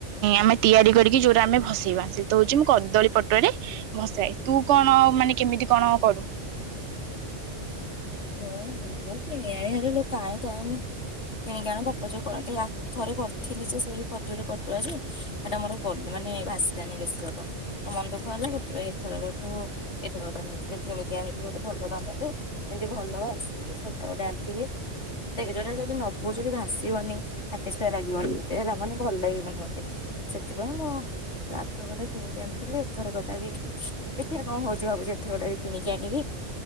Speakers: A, on the right; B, on the left.
A: ଆମେ ତିଆରି କରିକି ଯୋଉରା ଆମେ ଭସେଇବା ସେଇତ ହଉଛି, ମୁ କଦଳୀ ପଟୁଆରେ ଭସାଏ, ତୁ କଣ ମାନେ କେମିତି କଣ କରୁ?
B: ମୁଁ, କିଣି ଆଣିବି ଭାରି କାଇଁ ଟାଇମି, କିଣିକି ଆଣେ, ବାପା ଯୋଉ କରନ୍ତି, ଆ ଥରେ କରିଥିଲେ, ସେ ସେଇ କଦରୀ ପ ସେଟା ମୋର ଗ ମାନେ ଭାସିଲାନି, ବେଶୀ ବାଟ ମନ ଦୁ ଗଲା, ସେଥିପାଇଁ ଏଥର ଗଠୁ ଏଥରକ ଟା ନେଇଥିଲି, କିଣିକି ଆଣିକି ଗୋଟେ ଭଲ ଡଙ୍ଗା ଟେ ଯେମିତି ଭଲ ଭାସିବ, ସେମିତିଆ ଗୋଟେ ଆଣିଥିଲି, ଦେଖେ, ଯଦି ନବୁ ଯଦି ଭାସିବନି ସାଟିସଫାଏ ଲାଗିବନି। ହେଲା, ମାନେ ଭଲ ଲାଗିବନି ମୋତେ। ସେଥିପାଇଁ ମୁଁ, ଆର ଥରକ ଟା କିଣିିକି ଆଣିଥି ଥିଲି, ଏଥରକଟା ବି ଦେଖିଆ କଣ ହଉଚି, ଭାବୁଚି ଏଥରକ ଟା ବି କିଣିକି ଜାଣିବି,